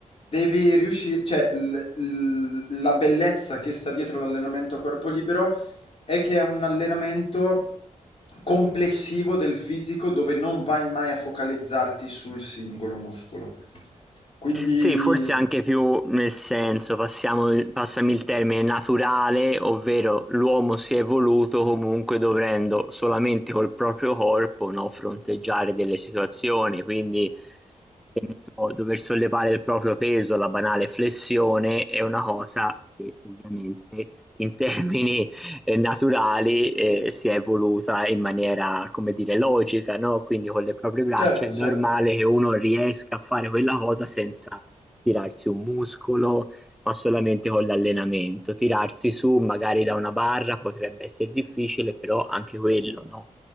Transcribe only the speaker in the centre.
Sì, forse anche più nel senso, passiamo il passami il termine, naturale, ovvero l'uomo si è evoluto comunque dovendo solamente col proprio corpo, no, fronteggiare delle situazioni, quindi che ne so, dover sollevare il proprio peso, la banale flessione, è una cosa che ovviamente in termini eh, naturali, ehm, si è evoluta in maniera, come dire, logica, no, quindi con le proprie braccia
è normale
che uno riesca a fare quella cosa senza stirarsi un muscolo, ma solamente con l'allenamento. Tirarsi su magari da una barra potrebbe esser difficile, però anche quello, no,